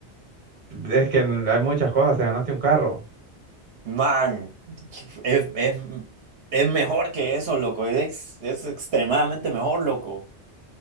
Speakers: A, on the right; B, on the right.
A: es que hay muchas cosas, te ganaste un carro.
B: man, es, es, es mejor que eso, loco, es, ex- es extremadamente mejor, loco.